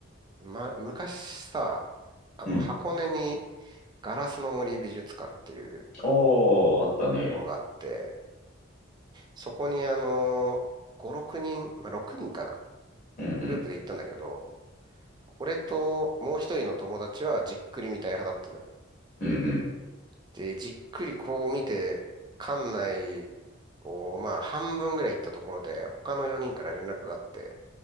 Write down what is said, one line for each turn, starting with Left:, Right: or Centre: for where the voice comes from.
Right: う、ま、昔さ、あの、
Left: うん。
Right: 箱根にガラスの森美術館っていう
Left: ああ、あったね。
Right: ところがあって、そこにあのー、5、人、まあ、6人かな。
Left: うんうん。
Right: グループで行ったんだけど、俺ともう一人の友達はじっくり見たい派だったのよ。
Left: うん
Right: で、じっくりこう見て、館内をまあ半分ぐらい行ったところで、他の4人から連絡があって、